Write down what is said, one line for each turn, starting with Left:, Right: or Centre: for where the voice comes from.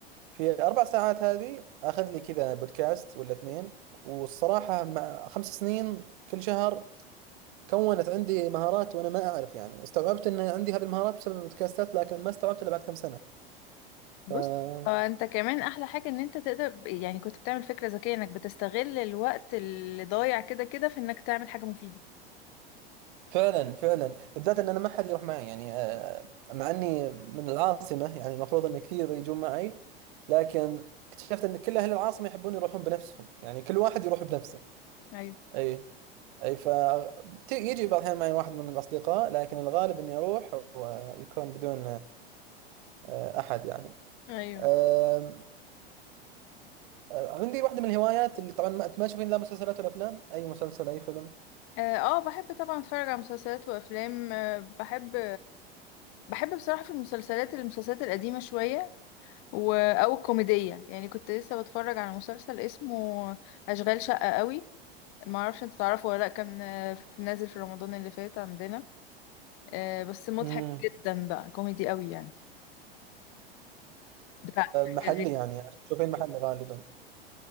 Right: في أربع ساعات هذه أخذ لي كذا بودكاست ولا اثنين والصراحة مع خمس سنين كل شهر كونت عندي مهارات وأنا ما أعرف يعني استوعبت أن عندي هذه المهارات بسبب البودكاستات لكن ما استوعبت إلا بعد كم سنة
Left: بص
Right: ف...
Left: اه انت كمان احلى حاجة ان انت تقدر ب- يعني كنت بتعمل فكرة ذكية انك بتستغل الوقت اللي ضايع كده كده في انك تعمل حاجة مفيدة
Right: فعلا فعلا بالذات أن أنا ما حد يروح معي يعني آه، مع أني من العاصمة يعني المفروض أن كثير يجون معي لكن اكتشفت أن كل أهل العاصمة يحبون يروحون بنفسهم يعني كل واحد يروح بنفسه
Left: ايوه
Right: أي اي ف يجي بعض الاحيان معي واحد من الاصدقاء لكن الغالب اني اروح ويكون بدون آه، احد يعني
Left: ايوه
Right: آم، آه، عندي واحده من الهوايات اللي طبعا ما ما تشوفين لا مسلسلات ولا افلام اي مسلسل اي فيلم
Left: اه آه، بحب طبعا اتفرج على مسلسلات وافلام آه، بحب بحب بصراحة في المسلسلات المسلسلات القديمة شوية و... او الكوميدية يعني كنت لسه بتفرج على مسلسل اسمه اشغال شقة قوي ما اعرفش انت تعرفه ولا لا كان آه، في- نازل في رمضان اللي فات عندنا آه، بس مضحك
Right: امم
Left: جدا بقى كوميدي قوي يعني بتاع الشغالات.
Right: محلي يعني تشوفين محلي غالبا